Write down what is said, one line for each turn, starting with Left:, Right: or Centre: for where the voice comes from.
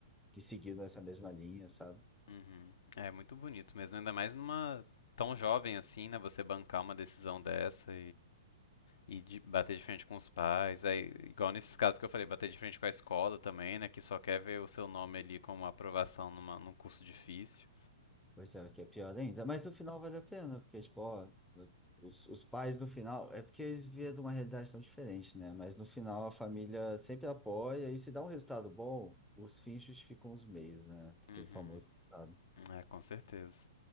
Centre: que seguiram essa mesma linha, sabe?
Left: uhum. É muito bonito mesmo, ainda mais numa tão jovem assim, né? Você bancar uma decisão dessa E de bater de frente com os pais, aí, igual nesses casos que eu falei, bater de frente com a escola também, né? Que só quer ver o seu nome ali como aprovação numa, num curso difícil.
Centre: Pois é, o que é pior ainda. Mas no final vale a pena, porque, tipo, ó, os, os pais no final, é porque eles vieram de uma realidade tão diferente, né? Mas no final a família sempre apoia e se dá um resultado bom, os fins justificam os meios, né? Aquele
Left: Uhum.
Centre: famoso, sabe?
Left: É, com certeza.